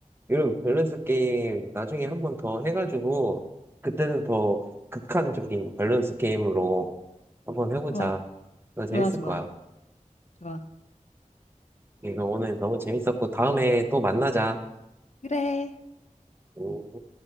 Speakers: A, on the right; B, on the left.
A: 이런 밸런스 게임 나중에 한 번 더 해가지고, 그때는 더 극한적인 밸런스 게임으로 한번 해보자.
B: 좋아,
A: 너 재밌을
B: 좋아, 좋아,
A: 거야.
B: 좋아.
A: 이거 오늘 너무 재밌었고, 다음에 또 만나자.
B: 그래.
A: 오.